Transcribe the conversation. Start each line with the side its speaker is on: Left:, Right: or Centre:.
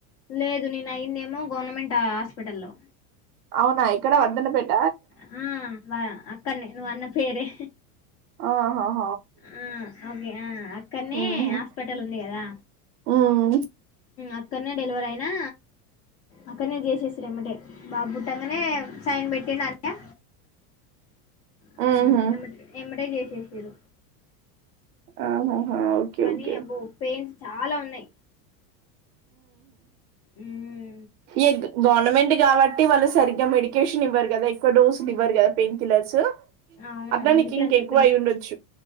Left: లేదు నేను అయ్యింది ఏమో గవర్నమెంట్ హాస్పిటల్లో
Right: అవునా ఇక్కడ వద్దన్న పెట్
Left: మ్మ్ వా ఆక్ సర్లే నువ్వు అన్న పేరే
Right: ఓహో
Left: మ్మ్ అదే ఆ అక్కడనే
Right: హుహు.
Left: హాస్పిటల్ ఉంది కదా
Right: హ్మ్.
Left: అక్కడనే డెలివర్ అయినా అక్కడనే చేసేసి ఏమ్మటే బాబు పుట్టంగానే సైన్ పెట్టిండు అన్నయ్య హూమ్
Right: హుహు.
Left: ఎమ్మటే ఎమ్మటే చేసేసిరు
Right: ఆహాహా! ఓకే.
Left: కానీ
Right: ఓకే.
Left: అబ్బో పెయిన్స్ చాలా ఉన్నాయ్ ఊమ్
Right: ఏక్ గవర్నమెంట్ కాబట్టి వాళ్ళు సరిగ్గా మెడి కేషన్ ఇవ్వరు కదా ఎక్కువ డోస్లు ఇవ్వరు కదా పెయిన్ కిల్లర్స్.
Left: ఆ
Right: అట్లా నీకు ఇంకెక్కువ
Left: ఫస్ట్
Right: అయ్యుండొచ్చు.